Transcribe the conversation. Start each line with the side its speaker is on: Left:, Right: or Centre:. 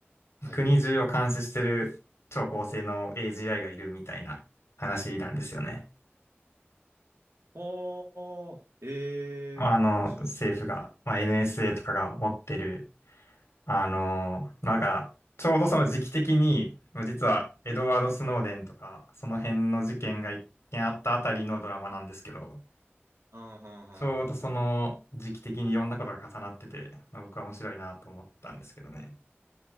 Right: はい。
Left: 国中を監視してる超高性能 AGI がいるみたいな話なんですよね。
Right: おー、ええー、
Left: まあ、あの、
Right: 面白い。
Left: 政府が、まあ、NSA とかが持ってる、あの、まあ、だから、ちょうどその時期的に、実はエドワード・スノーデンとか、その辺の事件が一件あったあたりのドラマなんですけど、
Right: うん、うん、うん、
Left: ちょうどその時期的にいろんなことが重なってて、
Right: うん、うん。
Left: まあ僕は面白いなと思ったんですけどね。